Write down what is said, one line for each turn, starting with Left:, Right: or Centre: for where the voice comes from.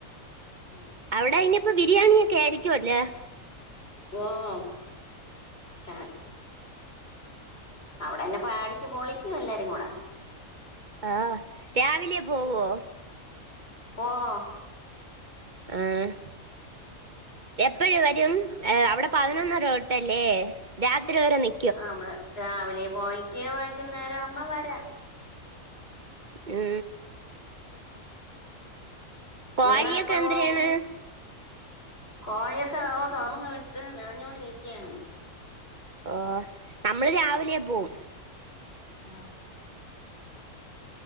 Left: ഉം
Right: അവിടെ ഇനിയിപ്പ ബിരിയാണി ഒക്കെ ആയിരിക്കും അല്ലേ
Left: ഓഹ് ചാ അവിടെ തന്നെ പാടിച്ച്ച് പൊളിക്കും എല്ലാരും കൂടെ
Right: ആഹ് രാവിലെ പോവോ
Left: ഓഹ്
Right: ആഹ് എപ്പോഴ് വരും ഏ അവിടെ പതിനൊന്നര തൊട്ടല്ലേ രാത്രി വരെ നി
Left: ആ നമ്മള് രാവിലെ പോയിട്ടേ വൈകുന്നേരം അകുബോ വരാ
Right: ഹ് കോഴിയൊക്കെ
Left: നിങ്ങളെപ്പോഴും
Right: എൻതൃണ്
Left: പോവും കോഴിയൊക്കെ ഓ തുറന്ന് വിട്ട് നിറഞ്ഞോട് നിക്കുകയാണ്
Right: ഓ നമ്മള് രാവിലെ പോവും
Left: ആഹ്